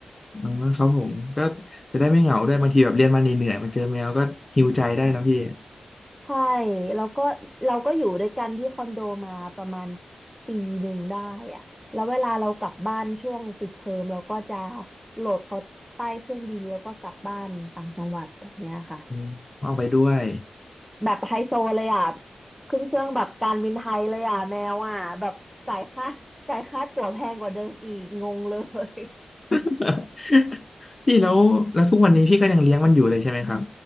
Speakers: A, on the left; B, in the centre.
A: อ่าครับผมก็จะได้ไม่เหงาด้วยบางทีแบบเรียนมาเหนื่อยๆมาเจอแมวก็หิวใจได้นะพี่
B: ใช่แล้วก็เราก็อยู่ด้วยกันที่คอนโดมาประมาณปีหนึ่งได้อะแล้วเวลาเรากลับบ้านช่วงปิดเทอมเราก็จะโหลดเขาใต้เครื่องบินแล้วก็กลับบ้านต่างจังหวัดแบบเนี้ยค่ะ
A: อืมเอาไปด้วย
B: แบบไฮโซเลยอ่ะขึ้นเครื่องแบบการบินไทยเลยอ่ะแมวอ่ะแบบจ่ายค่าจ่ายค่าตั๋วแพงกว่าเดิมอีกงงเลย
A: <laughs> พี่แล้วแล้วทุกวันนี้พี่ก็ยังเลี้ยงมันอยู่เลยใช่ไหมครับ